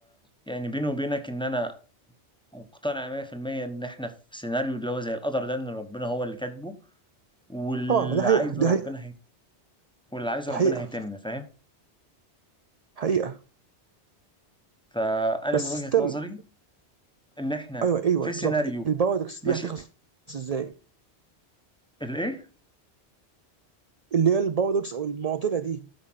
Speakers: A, in the centre; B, on the right.
A: يعني بيني وبينك ان انا مقتنع 100% ان احنا في سيناريو اللي هو زي القدر ده ان ربنا هو اللي كاتبه واللي
B: طبعا ما ده حقيقه
A: عايزه
B: دي
A: ربنا
B: حقيقه
A: هي... واللي عايزه
B: دي
A: ربنا
B: حقيقه
A: هيتم فاهم
B: حقيقه
A: فانا
B: بس
A: من وجهة
B: ستيل
A: نظري ان احنا
B: ايوه ايوه
A: في سيناريو
B: بالظبط البارادوكس
A: ماشي
B: دي هتخلص ازاي
A: الايه
B: اللي هي البارادوكس او المعضله دي